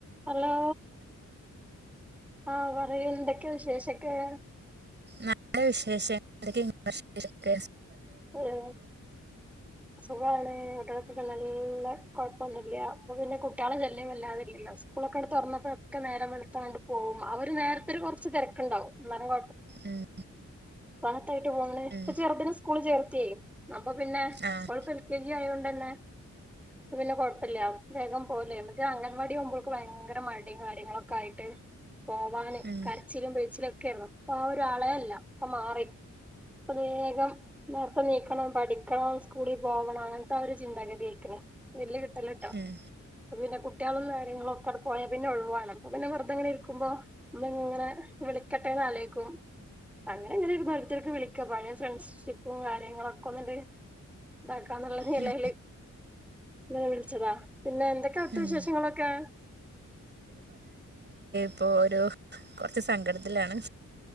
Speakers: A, in the centre; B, on the right.
A: ഹലോ ആ പറയൂ എന്തൊ ക്കെ വിശേഷക്കെ
B: നല്ല വിശേഷം എന്തെക്കെ ഇങ്ങള വിശേഷം ഒക്കെ
A: ആ ഏ സുഖാണ് അവിടെ ക്കെ നല്ല കുഴപ്പൊന്നുമല്ല പിന്നെ കുട്ടികളെ ശല്യം വല്ലാതല്ല സ്കൂളൊക്കെ എടുത്ത് തുറന്നപ്പോഴൊക്കെ നേരം വെളത്താണ്ട് പോകും അവര് നേരത്തെ കുറച്ച് തിരക്കുണ്ടാവുംന്നേരം
B: ഉം
A: പത്തായിട്ട് പോണ ഇപ്പ
B: ഉം
A: ചെറുതിനെ സ്കൂള് ചേർത്തിയായി അപ്പൊ പിന്നെ
B: ആഹ്
A: കൊഴപ്പ എൽ കെ ജി ആയ കൊണ്ട്ന്നെ പിന്നെ കുഴപ്പില്ല വേഗം പോലേ മക്ഷേ അംഗൻവാടി ആവുമ്പോഴക്ക ഭയങ്കര മടും കാര്യങ്ങളൊക്കെ ആയിട്ട് പോവാാന്
B: ഉം
A: കരച്ചിലും പേഴിച്ചിലൊക്കെ അപ്പ ആ ഒരാളെല്ല ഒക്കെ മാറി പ്രത്േകം നേത്തെ നീക്കണം പഠിക്കണം സ്കൂളിൽ പോവണം അങ്ങനത്തെ ആ ഒരു ചിന്താഗതി ആരിക്കുന്നു വല്ിയ കിട്ടല കേട്ടോ
B: ഉം
A: പിന്നെ കുട്ടികളൊന്നും കാര്യങ്ങളൊക്ക അടെ പോയാ പിന്നെ ഒഴിവാാണ് അപ്പ പിന്നെ വെതെങ്ങെരിക്കക്കുമ്പോങ്ങനെ വിളിക്കട്ടെ നലേക്കും അങ്ങനെ ഇങ്ങനെ ഒരു മരുത്തർക്ക് വിളിക്ക പഴ ഫ്രണ്ട്ിപ്പ് ും കാര്യങ്ങളൊക്കെ ഒന്നി് ഇതാക്കാന്നുള്ള നിലയില്
B: ഉം
A: നിന വിളിച്ചതാ പിന്നെ എന്തൊക്കെ അടുത്ത
B: ഉം
A: വിശേഷങ്ങളൊക്കെ
B: ഇപ്പോൾ ഒരു കുറച്ച് സങ്കടത്തിലാണ്